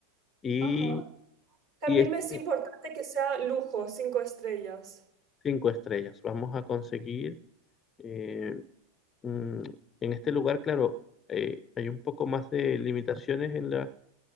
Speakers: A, on the left; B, on the right.
A: y,
B: Ajá. También
A: y es
B: me es
A: de
B: importante que sea lujo, cinco estrellas.
A: cinco estrellas. Vamos a conseguir eh, mm, en este lugar, claro, eh, hay un poco más de limitaciones en la,